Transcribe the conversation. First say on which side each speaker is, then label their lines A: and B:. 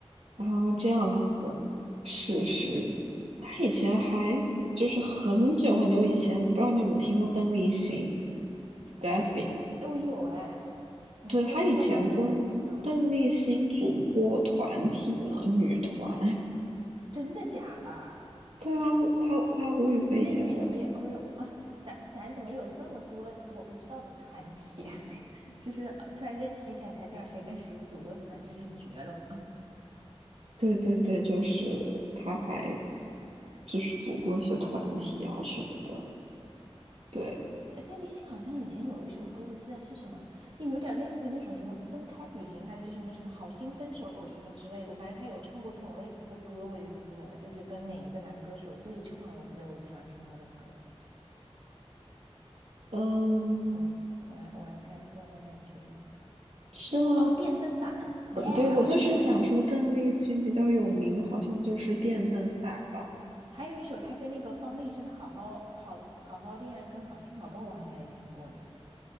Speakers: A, on the right; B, on the right.
A: 啊，这样子，是是，他以前还就是很久很久以前，我不知道你有没有听过邓丽欣，Steffi，
B: 哎哎，我有哎，你说说他的名字我知道，
A: 对，他以前跟邓丽欣组过团体呢，女团。
B: 真的假的？
A: 对啊，他他吴雨霏以前跟，
B: 那鱼怎么有？哦，不是，我啊咱咱怎么有这么多我不知道的团体？<laughs> 就是呃突然间提起来才知道谁跟谁组过团，真是绝了。
A: 对对对，就是他还就是组过一些团体啊什么的。对，
B: 哎，邓丽欣好像以前有一首歌，我记得是什么，就有点类似于那种什么分开旅行，还是什么什么好心分手什么之类的。反正她有唱过这种类似的歌，我就记得，就是跟哪一个男歌手对唱，我记得我经常听她的歌。
A: 嗯，
B: 我来，我来，我来感，我来感觉一下。
A: 是吗？
B: 哦，电灯胆，耶，
A: 嗯，
B: yeah,
A: 对，我就是想说，
B: 我听过她的歌。
A: 邓丽君比较有名的，好像就是《电灯胆》吧。
B: 还有一首他跟那个方力申的《好好好好好恋爱》跟《好心好报》，我好像也听过呢，